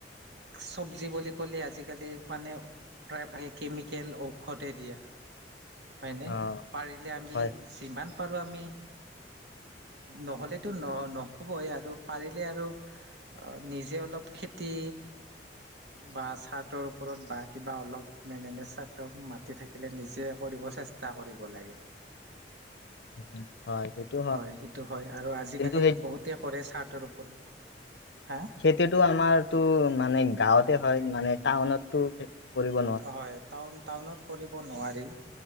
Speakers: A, on the right (about 75°); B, on the left (about 80°).
A: চব্জি বুলি ক'লে আজিকালি মানে প্ৰায়ভাগে কেমিকেল ঔষধে দিয়া হয়নে
B: অ
A: পাৰিলে আমি
B: হয়
A: যিমান পাৰো আমি নহ'লেতো নহবৈ আৰু পাৰিলে আৰু নিজে অলপ খেতি বা চাৰটোৰ ওপৰত বা কিবা অলপ মে মাতি থাকিলে নিজে কৰিব চেষ্টা কৰিব লাগে।
B: <inaudible> হয় সেইটো
A: হয় সেইটো হয় আৰু আজিকালি
B: কিন্তু
A: বহুতে কৰে চাহটোৰ ওপৰত হা
B: খেতিতটো আমাৰতো মানে গাঁৱতে হয় মানে টাউনতটো খেতি কৰিব নোৱাৰে
A: হয় টাউনত টাউনত কৰিব নোৱাৰি,